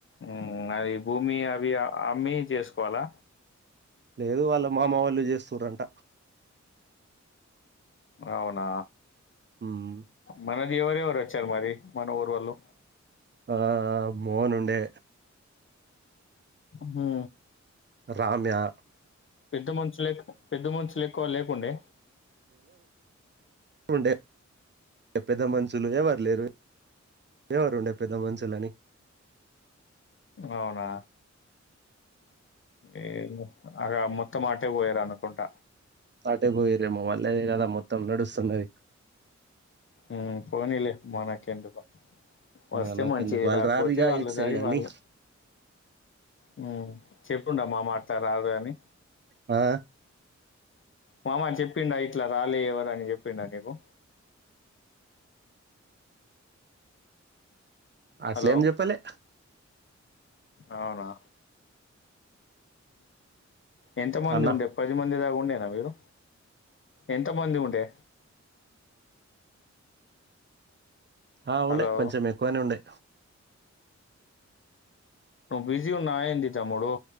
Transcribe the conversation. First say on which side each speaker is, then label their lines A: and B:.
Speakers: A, on the left (about 45°); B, on the right (about 40°).
A: మ్ అది భూమి అవి అమ్మీ చేసుకోవాలా
B: లేదు వాళ్ళ మామ వాళ్ళు చేస్తురంట
A: అవునా
B: మ్
A: మనదేవరేవర ఇచ్చారు మరి మన ఊరి వాళ్ళు
B: ఆ మోహన్ ఉండే
A: హు
B: రామ్యా
A: పెద్ద మనుషులేక్ పెద్ద మనుషులు ఎక్కువ లేకుండే
B: వుంటే పెద్ద మనుషులు ఎవరు లేరు ఎవరు ఉండే పెద్ద మనుషులని
A: అవునా ఏమో అగా మొత్తం అటే పోయిరు అనుకుంట
B: అటే పోయిరేమో వాళ్ళదె గదా మొత్తం నడుస్తున్నది.
A: మ్మ్ పోనీలే మనకెందుకు వస్తే
B: మనకెందుకు
A: మంచిది
B: వాళ్ళు
A: రాకపోతే
B: రారుగా
A: వాళ్ళ
B: ఇటు సైడ్
A: దారి
B: అని
A: వాళ్ళు మ్ చెప్పుండమ్మా మా అత్త రాదు అని
B: ఆ
A: మామ చెప్పిండా ఇట్లా రాలే ఎవరు అని జేప్పిండా నీకు
B: అట్లేం
A: హలో
B: జెప్పలే
A: అవునా ఎంత మంది
B: అన్న
A: ఉండే పది మంది దాక ఉండేనా మీరు ఎంత మంది ఉండే
B: ఆ
A: హలో
B: ఉండే కొంచెం ఎక్కువనే ఉండే
A: బిజీ ఉన్నావా ఏంది తమ్ముడు